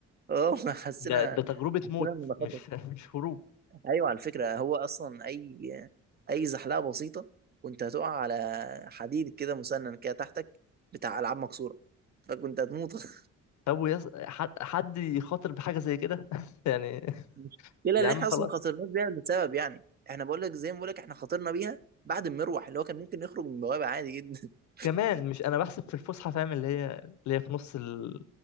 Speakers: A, on the right; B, on the left.
A: اه حسينا
B: ده ده تجربة
A: حسينا
B: موت
A: ان ده
B: مش
A: خطر
B: مش هروب
A: ايوه على فكره هو اصلا اي اي زحلقه بسيطه كنت هتقع على حديد كده مسنن كده تحتك بتاع العاب مكسوره فكنت هتموت <laughs>
B: طب ويص... حد حد يخاطر بحاجة زي كده <laughs> يعني
A: المشكله
B: يا
A: اللي
B: عم
A: احنا
B: خلاص
A: اصلا ما خاطرناش بيها لسبب يعني احنا بقول لك زي ما بقول لك احنا خاطرنا بيها بعد المروح اللي هو كان ممكن نخرج من بوابه عادي جدا <laughs>
B: كمان مش انا بحسب في الفسحة فاهم اللي هي اللي هي في نص ال...